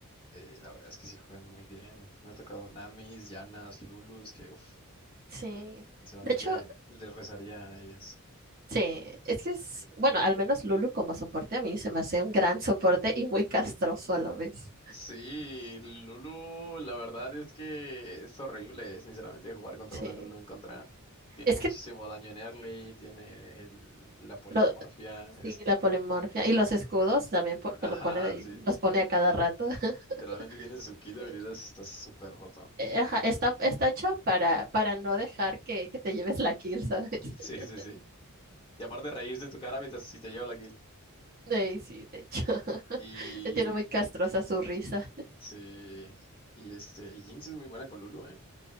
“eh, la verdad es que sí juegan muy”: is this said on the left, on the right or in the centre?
Left